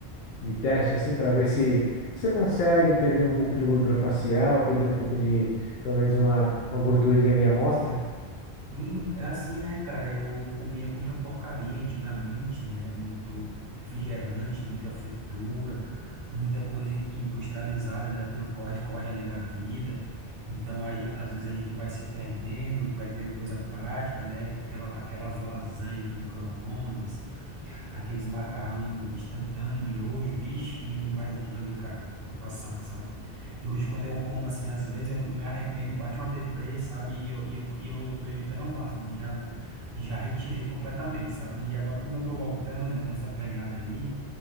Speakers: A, on the left (about 65°); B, on the right (about 60°).
A: de teste, assim, para ver se você consegue perder um pouco de gordura facial, perder um pouco de, pelo menos uma, uma gordurinha ali à mostra?
B: Sim, é assim, né, cara? Eu comia muita porcaria antigamente, né? Muito refrigerante, muita fritura, muita coisa industrializada, né? Pelo corre-corre ali da vida. Então, aí, às vezes a gente vai se perdendo, vai querendo coisa prática, né? Aquela, aquelas lasanhas de micro-ondas, aqueles macarrão instantâneo, miojo, vixe, comi demais aquilo ali, cara, no passado, sabe? E hoje, quando eu como, assim, às vezes eu, eu me arrependo, bate uma deprê, sabe? E eu, e eu, e eu tô evitando ao máximo, já, já retirei completamente, sabe? E agora, como eu tô voltando, né, nessa pegada aí,